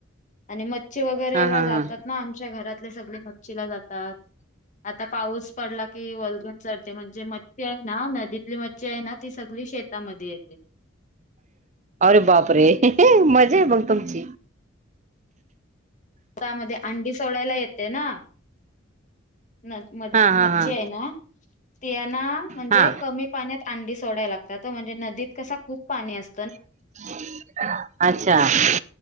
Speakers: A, on the left; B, on the right.
A: आणि मच्छी वगैरेला
B: हा हा
A: जातात
B: हा
A: ना आमच्या घरातले सगळे मच्छीला जातात. आता पाऊस पडला की वलगण चढते म्हणजे मच्छी आहे ना नदीतली मच्छी आहे ना ती सगळी शेत ता मध्ये
B: अरे बाप रे मजा आहे मग तुमची.
A: त्यामध्ये अंडी सोडायला येते ना. मत
B: हा हा
A: मच्छी
B: हा
A: आहे ना त्यांना म्हणजे
B: हा
A: कमी पाण्यात अंडी सोडाय लागतात हो म्हणजे नदीत कसा खूप पाणी अस
B: <unintelligible> हा